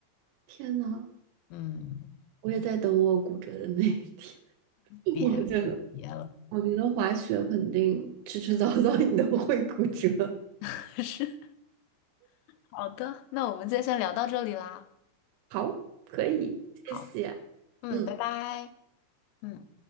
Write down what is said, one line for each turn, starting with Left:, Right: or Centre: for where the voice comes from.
Right: 天呐，
Left: 嗯，
Right: 我也在等我骨折的那一天。<laughs>
Left: 别还是别，
Right: 我真的，我觉得滑雪肯定迟迟 <laughs> 早早你都会骨折。
Left: <laughs> 是好的。那我们今天先聊到这里啦。
Right: 好，可以，
Left: 好，
Right: 谢谢。
Left: 嗯，
Right: 嗯。
Left: 拜拜。嗯。